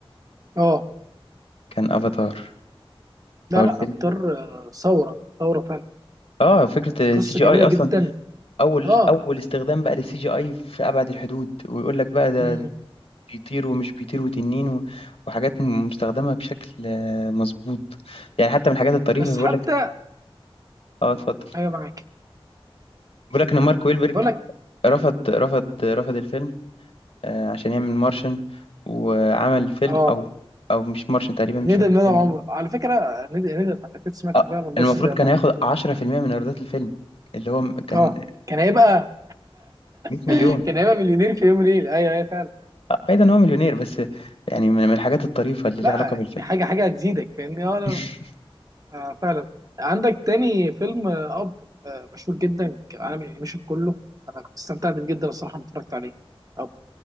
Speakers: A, on the right; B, on the left.
A: اه
B: كان افاتار
A: لا
B: هو الفيلم
A: لا افاتار آه، ثوره ثوره فعلا
B: اه فكرة
A: قصه
B: السي جي
A: جميله
B: اي اصلا
A: جدا
B: اول
A: اه
B: اول استخدام بقى للسي جي اي في ابعد الحدود ويقول لك بقى ده
A: مم.
B: بيطير ومش بيطير وتنين و- وحاجات مستخدمة بشكل آه، مظبوط يعني حتى من الحاجات الطريفة
A: بس
B: بيقول
A: حتى
B: لك اه اتفضل
A: ايوه معاك
B: بيقول لك ان مارك ويلبرج
A: اقول لك
B: رفض رفض رفض الفيلم آه، عشان يعمل مارشن وعمل فيلم
A: اه
B: او او مش مارشن تقريبا مش
A: ندم
B: فاكر
A: ندم
B: فيلم
A: عمر
B: ايه
A: على فكره ندم ندم انا كنت سمعت
B: آه،
A: فعلا بص
B: المفروض
A: زي
B: كان
A: ده
B: هياخد 10% من ايرادات الفيلم اللي هو م- كان
A: اه كان هيبقى
B: 100
A: <laughs>
B: مليون
A: كان هيبقى مليونير في يوم ليل ايوه ايوه فعلا
B: آه، بعيد ان هو مليونير بس يعني من من الحاجات الطريفة اللي ليها
A: لا
B: علاقة
A: يعني
B: بالفيلم
A: حاجه حاجه هتزيدك فاهمني اه لا
B: <laughs>
A: آه فعلا عندك تاني فيلم آه، اب آه مشهور جدا كعالم الانيميشن كله انا كنت استمتعت بيه جدا الصراحه لما اتفرجت عليه اب